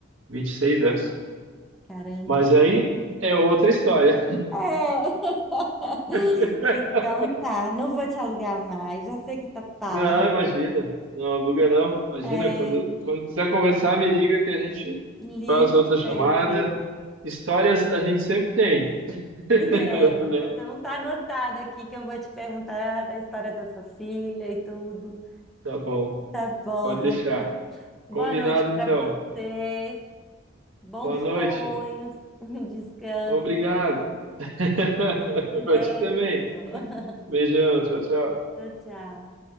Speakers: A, on the right; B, in the centre.
A: vinte e seis anos.
B: Caramba.
A: Mas aí é outra história.
B: É. <laughs>
A: <laughs>
B: Então tá, não vou te alugar mais, já sei que tá tarde.
A: Não, imagina, não aluga não. Imagina,
B: É,
A: quando, quando quiser conversar, me liga que a gente
B: ligo
A: faz outra chamada.
B: sempre.
A: Histórias a gente sempre tem, <laughs>
B: <laughs> É,
A: né?
B: então tá anotado aqui que eu vou te perguntar da história da sua filha e tudo.
A: Tá bom,
B: Tá bom,
A: pode
B: Rafa.
A: deixar.
B: Boa
A: Combinado
B: noite para
A: então.
B: você. Bons
A: Boa noite.
B: sonhos. <laughs> Descanso.
A: Obrigado. <laughs>
B: Um
A: Pra
B: beijo.
A: ti também.
B: <laughs>
A: Beijão, tchau, tchau.
B: Tchau, tchau.